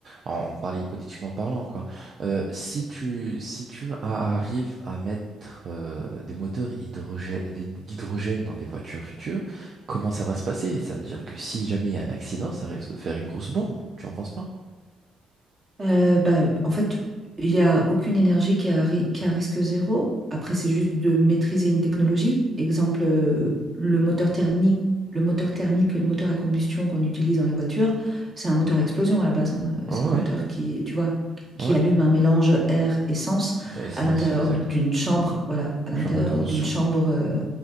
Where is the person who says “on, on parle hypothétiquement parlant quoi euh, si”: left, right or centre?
Right